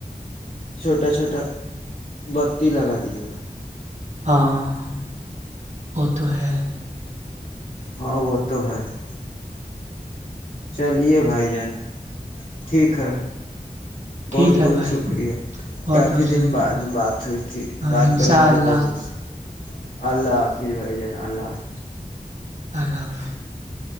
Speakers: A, on the left; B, on the right.
A: چھوٹا چھوٹا <inaudible> بتی لگا دیجیے گا <inaudible>
B: ہاں <unintelligible> وہ تو ہے <unintelligible>
A: ہاں وہ تو ہے <unintelligible> چلے بھائی جان <unintelligible> ٹھیک ہے بہت
B: ٹھیک ہے
A: بہت
B: بھائی
A: شکریہ
B: بہت
A: کافی
B: بہت شکریہ
A: دن بعد بات ہوئی تھی
B: ہاں
A: بات
B: انشاء
A: کرنے کے
B: اللہ
A: لیے بہت رص اللہ حافظ بھائی جان اللہ حافظ
B: اللہلہ <unintelligible>